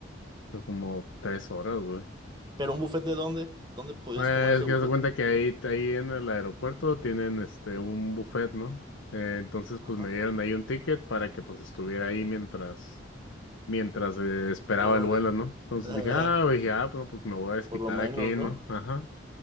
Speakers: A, on the left (about 80°); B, on the right (about 20°).
A: Fue como tres horas, güey.
B: <laughs> ¿Pero un buffet de dónde? ¿Dónde podías
A: Eh,
B: comer ese
A: es que
B: buffet?
A: se cuenta que ahí, ahí en el aeropuerto tienen este un buffet, ¿no? Eh, entonces, pues
B: Ajá.
A: me dieron ahí un ticket para que pues estuviera ahí mientras. mientras eh, esperaba
B: Órale.
A: el vuelo, ¿no? Entonces
B: <laughs>
A: dije, ah, dije, ah, bueno, pues me voy a desquitar
B: Por lo menos,
A: aquí,
B: ¿no?
A: ¿no? Ajá.